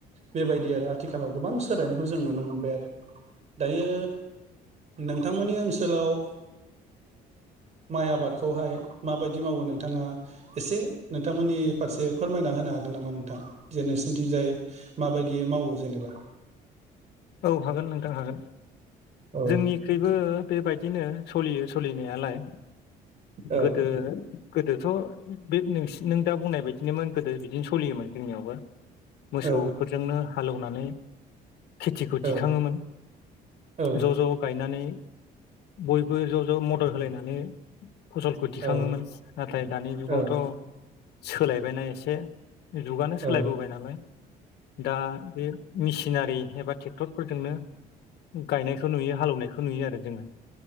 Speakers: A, on the right; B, on the left.
A: बेबायदि आरो आथिखालाव गोबां सोलायनायखौ जों नुनो मोनबाय आरो दायो नोंथांमोननि ओनसोलाव ओ माइ आबादखौहाय माबायदि मावो नोंथाङा एसे नोंथांमोननि फारसे फोरमायना होनो नो होन नामा नोंथां जे नोंसोरथि जाय माबायदियै मावो जेनेबा
B: औ हागोन नोंथां हागोन
A: औ
B: जोंनिख्रुइबो बेबायदिनो सोलियो सोलिनायालाय
A: औ
B: गोदो गोदोथ' बे नों दा बुंनाय बायदिनोमोन गोदो बिदिनो सोलियोमोन जोंनियावबो मोसौफोरजोंनो
A: औ
B: हालेवनानै खेथिखौ
A: औ
B: दिखाङोमोन
A: औ
B: ज' ज' गायनानै बयबो ज' ज' मदद होलायनानै फसलखौ दिखाङोमोन
A: औ
B: नाथाय दानि जुगावथ'
A: औ
B: सोलायबायना एसे जुगानो सोलायबोबाय
A: औ
B: नालाय दा बे मेसिनारि एबा ट्रेक्टरफोरजोंनो गायनायखौ नुयो हालेवनायखौ नुयो आरो जोङो